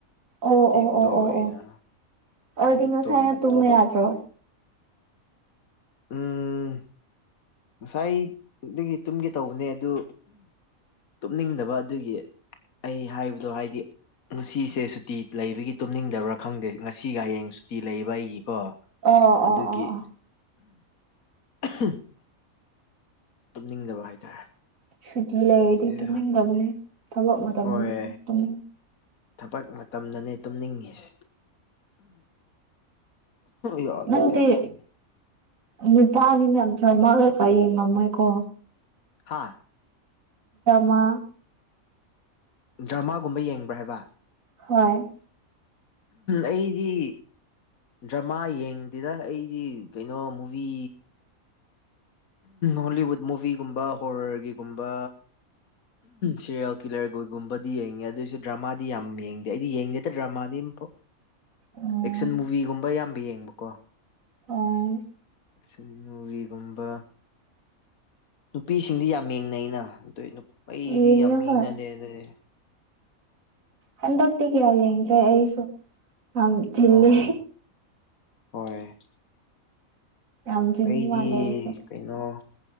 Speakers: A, on the right; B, on the left.
A: ꯑꯣ
B: ꯑꯌꯨꯛꯇ
A: ꯑꯣ ꯑꯣ
B: ꯑꯣꯏꯅ
A: ꯑꯣ ꯑꯣ ꯑꯗꯨꯗꯤ
B: ꯑꯌꯨꯛꯇ
A: ꯉꯁꯥꯏꯅ
B: ꯑꯣꯏꯅ ꯇꯨꯝꯕ
A: ꯌꯥꯗ꯭ꯔꯣ
B: ꯎꯝ ꯉꯁꯥꯏꯗꯒꯤ ꯇꯨꯝꯒꯦ ꯇꯧꯕꯅꯦ ꯑꯗꯨ ꯇꯨꯝꯅꯤꯡꯗꯕ ꯑꯗꯨꯒꯤ ꯑꯩ ꯍꯥꯏꯕꯗꯣ ꯍꯥꯏꯗꯤ ꯉꯁꯤꯁꯦ ꯁꯨꯇꯤ ꯂꯩꯕꯒꯤ ꯇꯨꯝꯅꯤꯡꯗꯕ꯭ꯔꯥ ꯈꯪꯗꯦ ꯉꯁꯤꯒ ꯍꯌꯦꯡ ꯁꯨꯇꯤ ꯂꯩꯕ ꯑꯩꯒꯤꯀꯣ
A: ꯑꯣ
B: ꯑꯗꯨꯒꯤ
A: ꯑꯣ ꯑꯣ ꯑꯣ
B: <unintelligible> ꯇꯨꯝꯅꯤꯡꯗꯕ ꯍꯥꯏꯇꯥꯔꯦ
A: ꯁꯨꯇ ꯂꯩꯗꯤ
B: ꯑꯗꯨ
A: ꯇꯨꯡ ꯂꯒꯕꯅꯦ ꯊꯕꯛ ꯃ ꯃꯇꯝꯅ
B: ꯍꯣꯏ
A: ꯇꯨꯡ
B: ꯊꯕꯛ ꯃꯇꯝꯗꯅꯦ ꯇꯨꯝꯅꯤꯡꯉꯤꯁ ꯂ
A: ꯅꯪꯗꯤ
B: ꯀ ꯌꯥꯝ ꯈꯣꯏ
A: ꯅꯨꯄꯥꯅꯤꯅ ꯅꯗ ꯃꯥꯂ ꯀ ꯅꯃꯥꯏꯀꯣ
B: ꯍꯥꯥ
A: ꯃꯥ
B: ꯗ꯭ꯔꯃꯥꯒꯨꯝꯕ ꯌꯦꯡꯕ꯭ꯔꯥ ꯍꯥꯏꯕ
A: ꯍꯣꯏ
B: ꯑꯩꯗꯤ ꯗ꯭ꯔꯃꯥ ꯌꯦꯡꯗꯦꯗ ꯑꯩꯗꯤ ꯀꯩꯅꯣ ꯃꯨꯚꯤ ꯍꯣꯂꯤꯋꯨꯠ ꯃꯨꯚꯤꯒꯨꯝꯕ ꯍꯣꯔꯔꯒꯤꯒꯨꯝꯕ ꯁꯤꯦꯔꯤꯌꯦꯜ ꯀꯤꯂꯔꯈꯣꯏꯒꯨꯝꯕꯗꯤ ꯌꯦꯡꯉꯦ ꯑꯗꯨꯑꯣꯏꯁꯨ ꯗ꯭ꯔꯃꯥꯗꯤ ꯌꯥꯝ ꯌꯦꯡꯗꯦ ꯑꯩꯗꯤ ꯌꯦꯡꯗꯦꯗ ꯗ꯭ꯔꯃꯥꯗꯤ ꯑꯃꯣꯛ
A: ꯎꯝ
B: ꯑꯦꯛꯁꯟ ꯃꯨꯚꯤꯒꯨꯝꯕ ꯑꯌꯥꯝꯕ ꯌꯦꯡꯕꯀꯣ
A: ꯍꯣꯏ
B: ꯑꯦꯛꯁꯟ ꯃꯨꯚꯤꯒꯨꯝꯕ ꯅꯨꯄꯤꯁꯤꯡꯗꯤ ꯌꯥꯝ ꯌꯦꯡꯅꯩꯩꯅ ꯑꯗꯨ ꯑꯩꯗꯤ
A: ꯌꯦꯡꯉꯦ
B: ꯌꯥꯝ
A: ꯍꯣꯏ
B: ꯌꯦꯡꯅꯗꯦ ꯑꯗꯨꯗꯤ
A: ꯍꯟꯗꯞꯇ ꯀ ꯌꯥ ꯌꯦ꯭ꯔꯦ ꯑꯩꯁꯨ ꯅꯝ
B: ꯑꯣ
A: ꯜꯦ
B: ꯍꯣꯏ
A: ꯌꯥꯝ ꯆꯤꯟꯕ
B: ꯑꯩꯗꯤ
A: ꯃꯥꯜꯂꯦ ꯑꯩꯁꯦ
B: ꯀꯩꯅꯣ